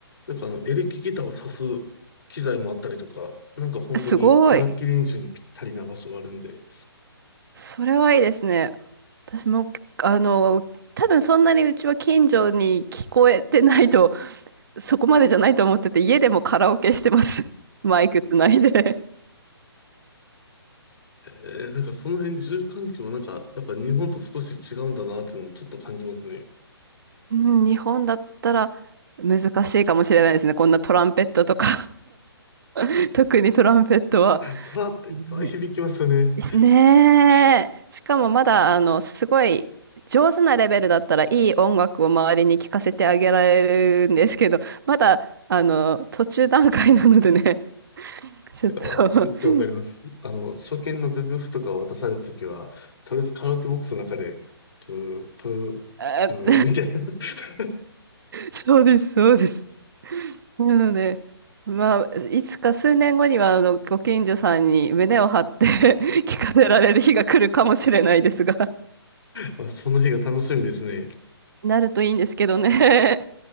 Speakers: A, on the left; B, on the right.
A: なんかあのエレキギターを挿す機材もあったりとか、なんか本当に楽器練習にぴったりな場所があるんで、
B: すごい。それはいいですね。私も、あの、多分そんなにうちは近所に聞こえてないと、そこまでじゃないと思ってて、家でもカラオケしてます。<laughs> マイクつないで。
A: えーなんかその辺住環境なんかやっぱ日本と少し違うんだなっていうのもちょっと感じますね。
B: うん、日本だったら難しいかもしれないですね。こんなトランペットとか <laughs> 特にトランペットは。
A: トラっていっぱい響きますよね。
B: ねねえ。しかもまだ、あの、すごい上手なレベルだったらいい音楽を周りに聴かせてあげられるんですけど、<laughs> まだ、あの、途中段階なのでね、<laughs> ちょっと
A: あめっちゃわかります。
B: <laughs>
A: あの、初見の楽譜とかを渡されたときは、とりあえずカラオケボックスの中で、プー、プー、
B: あ
A: プーみたいな。
B: <laughs>
A: <laughs>
B: そうです、そうです。なので、まあ、いつか数年後には、あの、ご近所さんに胸を張って <laughs> 聞かせられる日が来るかもしれないですが、<laughs>
A: まあ、その日が楽しみですね。
B: なるといいんですけどね。